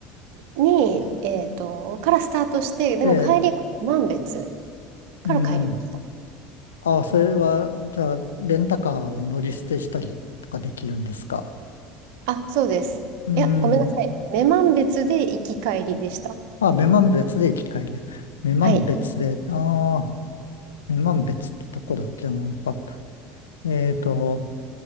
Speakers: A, on the right; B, on the left.
A: に、えっと、からスタートして、でも帰りは女満別
B: で、
A: から帰りました。
B: うん。ああ、それは、じゃあ、レンタカーを乗り捨てしたりとかできるんですか
A: あ、そうです。
B: うん。
A: いや、ごめんなさい。女満別で行き帰りでした。
B: あ、女満別で行き帰り。女満別で、
A: はい。
B: ああ、女満別ってどこだっけな。やっぱえーと、